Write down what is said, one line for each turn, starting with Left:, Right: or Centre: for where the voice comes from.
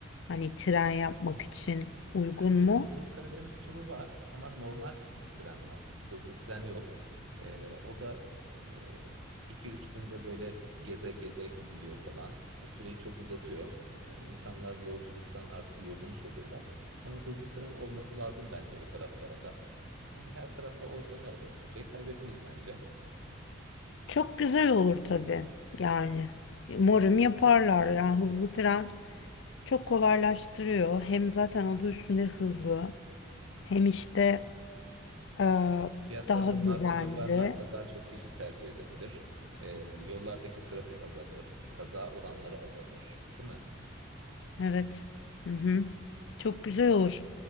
Left: Hani tren yapmak
Right: Evet.
Left: için
Right: Hem
Left: uygun
Right: Karadeniz,
Left: mu?
Right: Doğu Karadeniz turu var ama normal t- tren var. Hızlı tren yok. Ee, o da e, iki üç günde böyle geze geze gidiliyor falan. E, Süreyi çok uzatıyor. Ee, insanlar yolculuktan artık yorulmuş oluyorlar. Ama hızlı tren olması lazım bence o taraflara da. Yani her tarafta olsa ne olur? Hiçbir şey kaybetmeyiz bence.
Left: Çok güzel olur tabii yani. Umarım
Right: Evet.
Left: yaparlar yani hızlı tren çok kolaylaştırıyor. Hem zaten adı üstünde hızlı. Hem işte Aa,
Right: Fiyatları
Left: daha
Right: da
Left: güvenli.
Right: makul yaparlarsa daha çok kişi tercih edebilir. Ee, yollardaki trafik azalır, kaza oranları azalır, değil mi?
Left: Evet. Hı hı. Çok güzel olur.